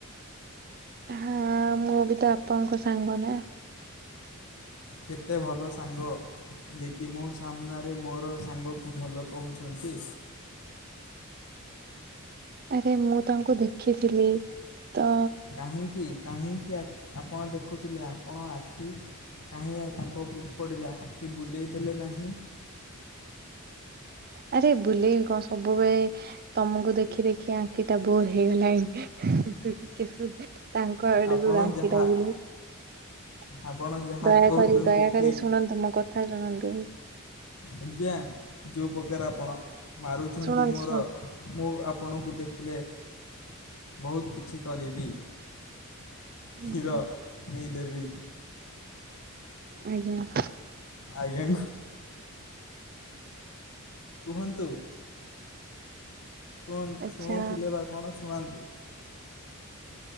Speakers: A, on the right; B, on the left.
A: ହଁ ମୁଁ ବି ତ ଆପଣଙ୍କ ସାଙ୍ଗ ନା।
B: କେତେ ଭଲ ସାଙ୍ଗ। ଯେ କିି ମୋ ସାମ୍ନାରେ ମୋର ସାଙ୍ଗକୁ ଭଲ କହୁଛନ୍ତି।
A: ଆରେ ମୁଁ ତାଙ୍କୁ ଦେଖିଥିଲି ତ।
B: କାହିଁକି କାହିଁକି ଆଖ ଆପଣ ଦେଖୁଥିଲେ ଆପଣ ଆଖି। କାହିଁ ଆ ତାଙ୍କ ଉପୁରୁକୁ ପଡ଼ିଲା ଆଖି ବୁଲେଇ ଦେଲେ ନାହିଁ।
A: ଆରେ ବୁଲେଇବି କଣ ସବୁବେଳେ। ତମୁକୁ ଦେଖି ଦେଖି ଆଖି ଟା ବୋର ହେଇଗଲାଣି ଟିକେ ଟିକେ <unintelligible> ତାଙ୍କ ଆଡୁକୁ
B: ଆପଣ
A: <unintelligible>
B: ଯାହା ଆପଣ ଯାହା
A: ଦୟାକରି
B: କହୁଛନ୍ତି
A: ଦୟାକରି
B: ଠିକ୍
A: ଶୁଣନ୍ତୁ ମୋ କଥା ଶୁଣନ୍ତୁ।
B: ଆଜ୍ଞା ଯୋଉ ପ୍ରକାର ଆପଣ ମାରୁଛନ୍ତି
A: ଶୁଣନ୍ତୁ
B: ମୋର। ମୁଁ ଆପଣଙ୍କୁ ଦେଖିଲେ ବହୁତ୍ କିଛି କରିବି।
A: ଶୁଣନ୍ତୁ।
B: କ୍ଷୀର ନେଇ ଦେବି।
A: ଆଜ୍ଞା।
B: ଆଜ୍ଞା କୁ କୁହନ୍ତୁ। କୁହନ୍ତ
A: ଆଚ୍ଛା
B: ଶୁଣଉଥିଲେ ବା କଣ ଶୁଣାନ୍ତୁ।